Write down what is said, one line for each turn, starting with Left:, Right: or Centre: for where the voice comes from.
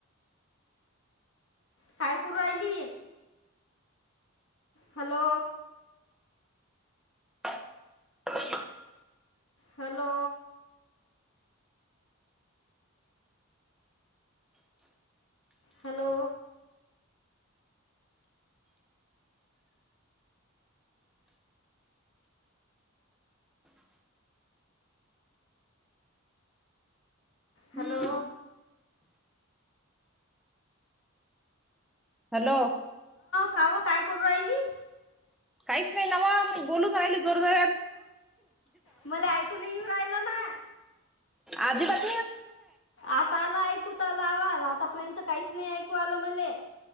Left: काय करर राहिली हॅलो
Centre: ह
Left: हॅलो हॅलो
Centre: हम्म
Left: हॅलो
Centre: हॅलो
Left: कावं काय करू राहिली
Centre: काहीच नाही नावा मी बोलून राहिली जोरदोर
Left: मला ऐकून येऊ राहिलं ना
Centre: आजीबात
Left: आता आला ऐकूत आला आवाज आतापर्यंत काहीच नाही ऐकू आलं मले